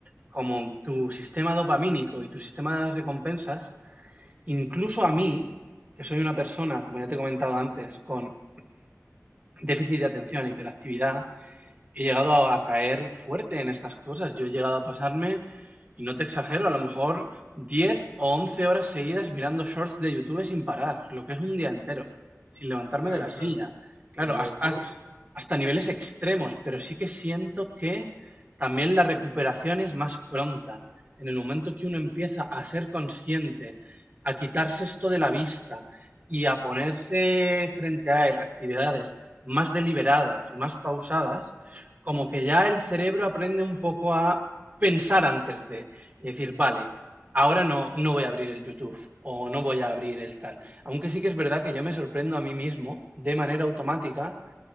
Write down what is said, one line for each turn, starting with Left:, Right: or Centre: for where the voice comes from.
Right: como tu sistema dopamínico y tu sistema de las recompensas, incluso a mí, que soy una persona, como ya te he comentado antes, con déficit de atención e hiperactividad, he llegado a caer fuerte en estas cosas. Yo he llegado a pasarme, y no te exagero, a lo mejor 10 o 11 horas seguidas mirando shorts de YouTube sin parar, lo que es un día entero, sin levantarme
Left: Claro,
Right: de la silla.
Left: claro. Sí,
Right: Claro,
Left: yo,
Right: has-
Left: yo
Right: has- hasta, niveles extremos, pero sí que siento que también la recuperación es más pronta. En el momento que uno empieza a ser consciente, a quitarse esto de la vista y a ponerse frente a él actividades más deliberadas, más pausadas, como que ya el cerebro aprende un poco a pensar antes de y decir, vale, ahora no, no voy a abrir el YouTube o no voy a abrir el tal. Aunque sí que es verdad que yo me sorprendo a mí mismo de manera automática,